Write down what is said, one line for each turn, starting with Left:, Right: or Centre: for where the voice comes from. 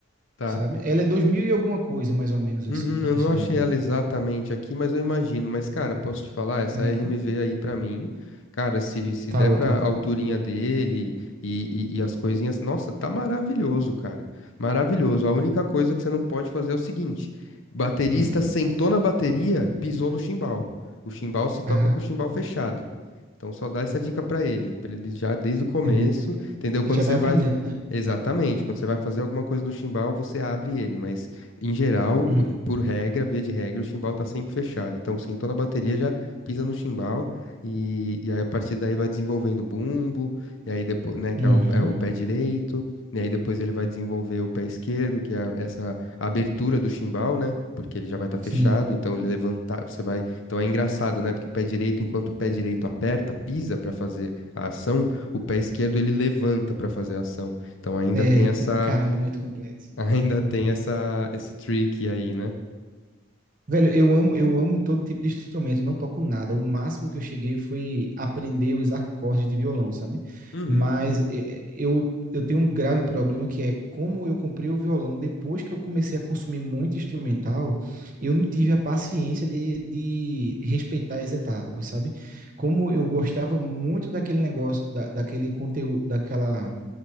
Left: tá.
Right: sabe? Ela é 2000 e alguma coisa, mais ou menos assim,
Left: Uhum,
Right: o preço
Left: eu não achei
Right: dela.
Left: ela exatamente aqui, mas eu imagino. Mas, cara, posso te falar, essa
Right: Uhum.
Left: RMV aí pra mim, cara, se, se
Right: Tá
Left: der
Right: ótimo,
Left: pra
Right: né?
Left: alturinha dele e, e, e as coisinhas, nossa, tá maravilhoso, cara. Maravilhoso. A única coisa que você não pode fazer é o seguinte: baterista
Right: Hum.
Left: sentou na bateria, pisou no chimbal. O chimbal se toca
Right: Ah,
Left: com o chimbal
Right: entendi,
Left: fechado. Então, só dá essa
Right: Uhum.
Left: dica pra ele, pra ele já desde o começo,
Right: entendi. entendi.
Left: entendeu? Quando
Right: E já
Left: você
Right: vai aprendendo,
Left: vai.
Right: né?
Left: Exatamente, quando você vai fazer alguma coisa no chimbal, você abre ele, mas. Em geral, o-
Right: Hum.
Left: por regra, via de regra, o chimbal tá sempre fechado. Então, sentou na bateria, já pisa no chimbal e, e aí a partir daí vai desenvolvendo o bumbo, e aí depois, né, que
Right: Uhum.
Left: é o, é o pé direito, e aí depois ele vai desenvolver o pé esquerdo, que é essa abertura do chimbal, né? Porque ele já vai estar fechado,
Right: Sim.
Left: então ele levantar, você vai. Então é engraçado, né? Porque o pé direito, enquanto o pé direito aperta, pisa para fazer a ação, o pé esquerdo ele levanta para fazer a ação. Então ainda
Right: É,
Left: tem essa
Right: caramba, é muito complexo,
Left: Ainda
Right: velho.
Left: tem essa, esse trick aí, né?
Right: Velho, eu amo, eu amo todo tipo de instrumento, não toco nada. O máximo que eu cheguei foi aprender os acordes de violão, sabe?
Left: Uhum,
Right: Mas eh, eu, eu tenho um grave problema que é como eu comprei o violão depois que eu comecei a consumir muito instrumental, eu não tive a paciência de, de respeitar as etapas, sabe? Como eu gostava muito daquele negócio, da, daquele conteúdo, daquela,